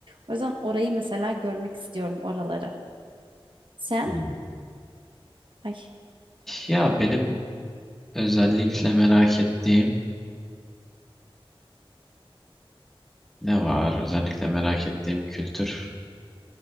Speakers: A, on the right; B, in the centre.
A: O yüzden orayı mesela görmek istiyorum oraları. Sen?
B: Hmm.
A: Ay.
B: Ya benim özellikle merak ettiğim Ne var? Özellikle merak ettiğim kültür.